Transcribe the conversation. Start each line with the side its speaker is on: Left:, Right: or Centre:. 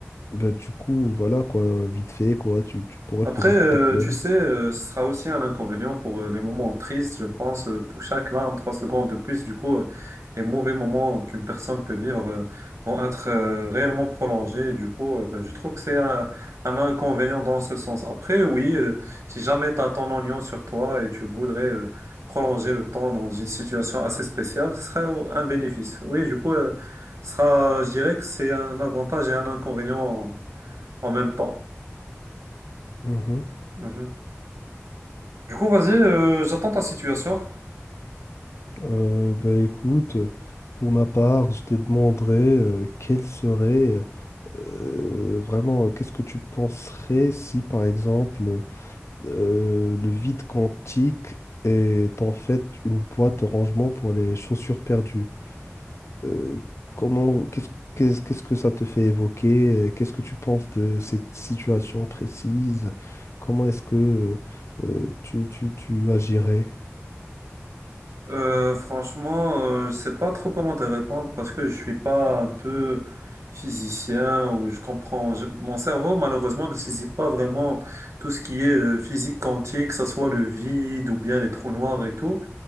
Left: ben, du coup, voilà quoi, vite fait, quoi, tu, tu pourrais
Right: Après,
Left: provoquer
Right: euh,
Left: tes pleurs.
Right: tu sais, euh, ce sera aussi un inconvénient pour euh, les moments tristes, je pense, euh, pour chaque larme, trois secondes de plus. Du coup, euh, les mauvais moments qu'une personne peut vivre euh, vont être euh, réellement prolongés. Du coup, euh, ben, je trouve que c'est un, un inconvénient dans ce sens. Après, oui, euh, si jamais tu as ton oignon sur toi et tu voudrais euh, prolonger le temps dans une situation assez spéciale, ce serait euh, un bénéfice. Oui, du coup, euh, ce sera, je dirais que c'est un avantage et un inconvénient en, en même temps.
Left: Mhm.
Right: Mhm. Du coup, vas-y, euh, j'attends ta situation.
Left: Euh, bah écoute, pour ma part, je te demanderais euh, quel serait euh, vraiment, qu'est-ce que tu penserais si, par exemple, euh, le vide quantique est en fait une boîte de rangement pour les chaussures perdues? Euh, comment, qu'est-ce, qu'est-ce qu'est-ce que ça te fait évoquer? euh, Qu'est-ce que tu penses de cette situation précise? Comment est-ce que euh, tu, tu, tu agirais?
Right: Euh, franchement, euh, je sais pas trop comment te répondre parce que je suis pas un peu physicien ou je comprends. je- mon cerveau, malheureusement, ne saisit pas vraiment tout ce qui est euh, physique quantique, que ce soit le vide ou bien les trous noirs et tout.